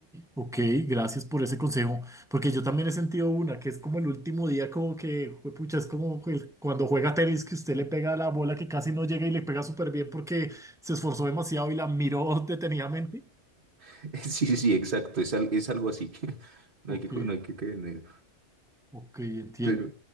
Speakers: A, in the centre; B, on the right (about 45°).
A: ok, gracias por ese consejo. Porque yo también he sentido una, que es como el último día, como que, pucha, es como el- cuando juega tenis que usted le pega la bola que casi no llega y le pega súper bien porque se esforzó demasiado y la miró <laughs> detenidamente.
B: <laughs> Sí, sí, sí, exacto, es, al- es algo así. <laughs> No
A: Ok,
B: hay que, co- no hay que caer en eso.
A: ok, entiendo.
B: Pero...